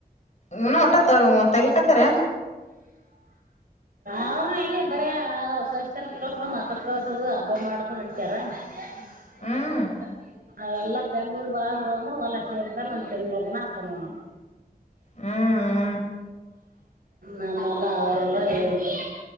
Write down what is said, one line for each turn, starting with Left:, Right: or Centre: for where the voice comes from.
Left: ಹ ಒಟ್ಟತ್ ಮ ತಗ ಕತ್ತಾರ
Right: ಅವ್ರನು ಎಲ್ಲಿ? ಬರ ಹೊಸಸ್ತರ್ ಕಳ್ಸದು ಮಕ್ಳ ಕಳ್ಸೋದು ಹಬ್ಬ ಮಾಡದು ನಡಿತಾರ. <unintelligible>
Left: ಹ್ಮ್
Right: ಎಲ್ಲರ ಬೆಂಗ್ಳೂರ್ಗ ಆದ್ರು ಅಂದ್ರ ಹೊಲ ಸೇರಿದಾರ ಒಂದ್ ತಿಂಗಗಳ ದಿನ ಆತನವ ನಮ
Left: ಹ್ಮ್
Right: ನಮ್ಮಲ್ಲಾ ಅವರಲ್ಲ ಏರಲ್ಲ